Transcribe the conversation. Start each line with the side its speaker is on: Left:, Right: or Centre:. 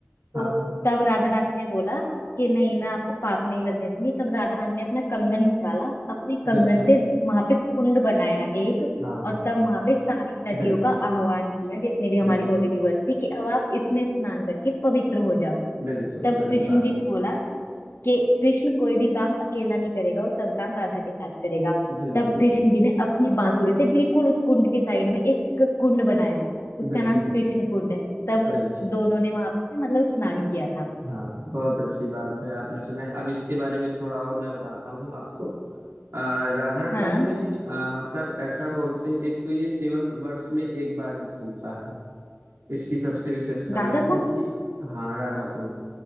Left: तो
Right: हाँ
Left: तब राधा रानी ने बोला कि नहीं मैं आपको पाप नहीं लगने दूंगी तब राधा रानी ने अपना कंगन निकाला अपने कंगन
Right: बिल्कुल
Left: से वहां पे कुंड बनाया एक
Right: हाँ
Left: और तब वहां पे सारी नदियों
Right: बिल्कुल
Left: का आह्वान किया जितनी भी हमारी
Right: बिल्कुल
Left: होली रिवर्स थी कि अब आप इसमें स्नान करके पवित्र हो जाओ
Right: बिल्कुल
Left: तब
Right: सही
Left: कृष्ण
Right: बात
Left: जी
Right: है
Left: ने बोला कि कृष्ण कोई भी काम अकेला नहीं करेगा वो सब काम राधा के साथ करेगा
Right: बिल्कुल
Left: तब कृष्ण जी ने अपनी बांसुरी से बिल्कुल उस कुंड के साइड में एक कुंड बनाया उसका
Right: बिल्कुल
Left: नाम कृष्ण कुंड है तब
Right: बिल्कुल
Left: दोनों ने वहां पे मतलब स्नान किया था
Right: हाँ बहुत अच्छी बात है आपने सुना है अब इसके बारे में थोड़ा और मैं बताता हूँ आपको आ, राधा
Left: हाँ
Right: कुंड में आ, मतलब ऐसा बोलते हैं एक तो ये केवल वर्ष में एक बार ही खुलता है इसकी सबसे विशेषता
Left: राधा
Right: ये
Left: कुंड
Right: है कि हाँ राधा कुंड